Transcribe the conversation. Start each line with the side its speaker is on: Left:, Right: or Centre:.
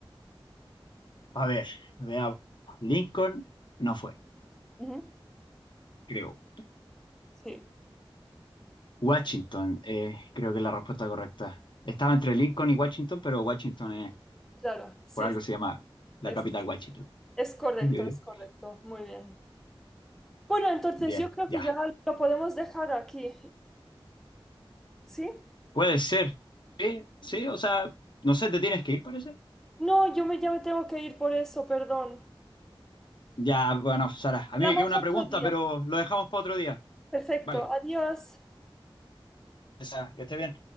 Left: A ver, veamos. Lincoln no fue,
Centre: Ujú,
Left: creo.
Centre: Sí,
Left: Washington, eh, creo que es la respuesta correcta. Estaba entre Lincoln y Washington, pero Washington es,
Centre: claro, sí,
Left: por algo
Centre: sí,
Left: se llama la
Centre: es,
Left: capital Washington.
Centre: es correcto,
Left: <laughs>
Centre: es correcto. Muy bien. Bueno, entonces
Left: Bien,
Centre: yo creo
Left: ya.
Centre: que ya lo podemos dejar aquí, ¿sí?
Left: Puede ser. Sí, sí, o sea, no sé, te tienes que ir, parece.
Centre: No, yo me, ya me tengo que ir por eso, perdón.
Left: Ya, bueno, Sara, a
Centre: Hablamos
Left: mí me queda una
Centre: otro
Left: pregunta,
Centre: día.
Left: pero lo dejamos para otro día.
Centre: Perfecto,
Left: Vale,
Centre: adiós.
Left: Sara, que esté bien.